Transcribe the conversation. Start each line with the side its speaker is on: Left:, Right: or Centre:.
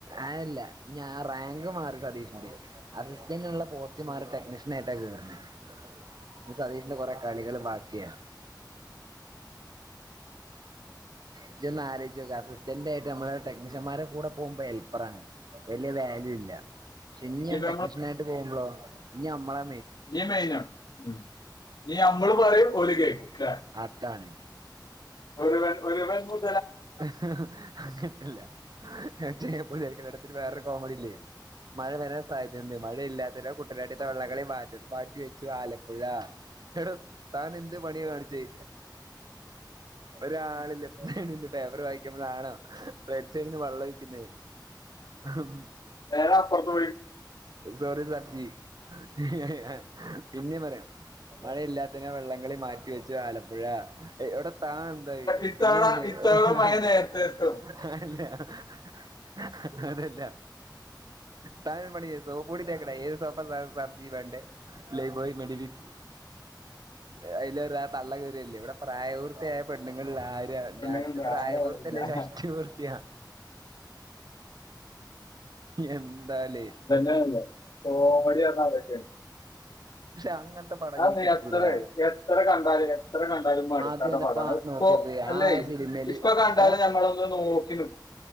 Right: ആൽ ഡ. ഇഞാ റാങ്ക് മാറി സതീഷിന്റെ അത് <unintelligible> ഉള്ള പോസ്‌റ്റ് മാറി ടെക്നിഷ് സ്നറ്റകറിന <unintelligible> ഇനി സതീഷിന്റെ കൊറെ കളികള് ബാ ക്കിയാ. ഇജ്ജൊന്നാലോയ്ച്ചോക്കാ അസിസ്റ്റന്റ് ആയിട്ടമ്മളെ ടെക്നീഷ്യന്മാരെ കൂടെ പോകുമ്പെ ഹെൽപ്പർ ആണ്. വലിയ വാല്യൂ ഇല്ല പക്ഷെ ഇഞ്യാൻ
Left: ഇനിയിപ്പോ
Right: ടെക്നീഷ്യൻ ആയിട്ട് പോവുമ്പ്ളോ ഇഞ്ഞ് നമ്മളെ
Left: ജി മൈനോ ഉം ഇനി നമ്മൾ പറയും ഓൽ കേക്ക
Right: അതാണ്
Left: ഒരുവൻ ഒരുവൻ പോയി
Right: ഹ് ഹുംം കിട്ടില്ല ഞാൻ ചെയ്തപ്പോൾ വേഗത്തിൽ വേറൊരു കോമഡിയില്ലേ മഴവരാൻസധ്യതയുണ്ട് മഴയില്ലാ ഇന്നലെ കുട്ടനാട്ടിൽനിന്ന് വള്ളംകളി മാറ്റിവച്ചു ആലപ്പുഴ എടോ താനെന്തു പണിയാ കാണിച്ചേ ഒരാള് ലെഫ്‌റ്റ് സൈഡിലും പേപ്പറു വായിക്കുമ്പോളാണോ ബാക്ക് സൈഡ്ന്ന് വെളളമൊഴിക്കുന്നേ ഹും
Left: വേണേൽ അപ്പറത്തു
Right: സോറിസാർ ജീ <unintelligible> പിന്നെ പറയാം മഴയില്ലാത്തതിനാൽ വള്ളംകളി മാറ്റിവച്ചു, ആലപ്പുഴ. എ.. എവിട താനെന്തായീ
Left: ഇത്തവണ
Right: പിന്നേം പിന്നേം,
Left: ഇത്തവണ
Right: ഞാനില്ല..
Left: മഴ നേരത്തെ എത്തും
Right: ഞാനില്ലാ ഹ ഹ ഹ അതല്ല താഴെ പണി ചെയ്തു സോപ്പുപൊടി തേക്കണേ, ഏത് സോപ്പാ സാർ, സാർജിവേണ്ടേ ലൈഫ്ബോയി, മെഡിമിക്സ്, അതിലൂടെയാതള്ളകേറിയതല്ലേ, ഇവിടെ പ്രായപൂർത്തിയായ പെണ്ണുങ്ങൾ... ആ ഞാ,
Left: പെണ്ണുങ്ങൾ
Right: ഞാനിന്ന്
Left: വേറെ
Right: പ്രായപൂർത്തിയല്ല,
Left: വഴിയില്ല
Right: ഷഷ്ടിപൂർത്തിയാ, എന്താല്ലേ
Left: <unintelligible> കോമഡിയാന്നാ <unintelligible>
Right: <unintelligible>
Left: അത്‌
Right: ഇനി
Left: നീ
Right: കിട്ടൂലടാ
Left: എത്ര, എത്രകണ്ടാലും എത്ര കണ്ടാലും മടുക്കാത്ത
Right: അതുമല്ലപ്പാ
Left: പടാണ്. ഇപ്പോൾ
Right: നോക്കിയോക്ക്
Left: അല്ലേ,
Right: ആ സിനിമയില്
Left: ഇപ്പം കണ്ടാലും
Right: എടാ
Left: നമ്മളൊന്ന് നോക്കി നിൽക്കും.